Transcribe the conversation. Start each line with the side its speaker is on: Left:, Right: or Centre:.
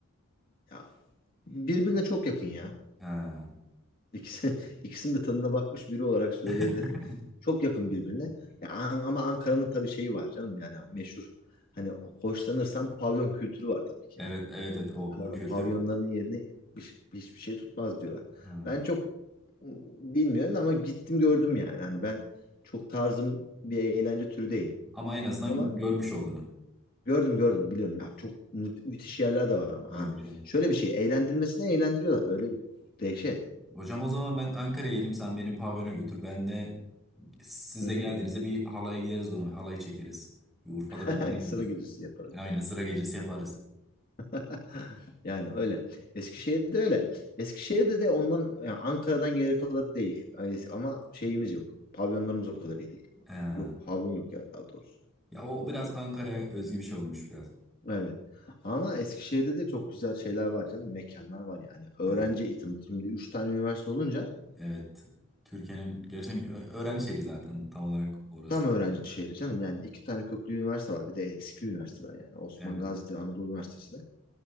Left: Ya birbirine çok yakın ya.
Centre: Ha.
Left: İkisi, <laughs> ikisinin de tadına bakmış biri olarak söyleyebilirim.
Centre: <laughs>
Left: Çok yakın birbirine. Ya, An- ama Ankara'nın tabii şeyi var canım yani meşhur. Hani hoşlanırsan pavyon kültürü var tabii ki
Centre: Evet
Left: yani.
Centre: evet evet o,
Left: Ankara'nın
Centre: o kültür.
Left: pavyonlarının yerini bir- hiçbir şey tutmaz diyorlar.
Centre: Ha.
Left: Ben çok ım, bilmiyorum ama gittim gördüm yani. Hani ben çok tarzım bir eğlence türü değil.
Centre: Ama en azından
Left: Ama
Centre: görmüş olduğunu.
Left: gördüm gördüm biliyorum ya. Çok mü- müthiş yerler de var ama.
Centre: İyi
Left: Ha.
Centre: hocam.
Left: Şöyle bir şey eğlendirmesine eğlendiriyorlar. Öyle bir dehşet.
Centre: Hocam o zaman ben Ankara'ya gelim sen beni pavyona götür. Ben de siz
Left: Hı
Centre: de
Left: hı.
Centre: geldiğinizde bir halaya gideriz o zaman. Halay çekeriz. Bir Urfa'da
Left: <laughs>
Centre: bir düğüne gideriz.
Left: Sıra gecesi yaparız.
Centre: Aynen sıra gecesi yaparız.
Left: <laughs> Yani öyle. Eskişehir'de öyle. Eskişehir'de de ondan yani Ankara'dan geri kalanı değil. Yani es- ama şeyimiz yok. Pavyonlarımız o kadar iyi değil burada.
Centre: Ha.
Left: Yok pavyon yok ya daha doğrusu.
Centre: Ya o biraz Ankara'ya özgü bir şey olmuş biraz.
Left: Evet. Ama Eskişehir'de de çok güzel şeyler var canım. Mekanlar var yani. Öğrenci
Centre: Ha.
Left: eğitim. Şimdi 3 tane üniversite olunca
Centre: Evet. Türkiye'nin gerçekten ö- öğrenci şehri zaten tam olarak orası.
Left: tam öğrenci şehri canım. Yani 2 tane köklü üniversite var. Bir de eski üniversiteler yani. Osman
Centre: Evet.
Left: Gazi'de Anadolu Üniversitesi de.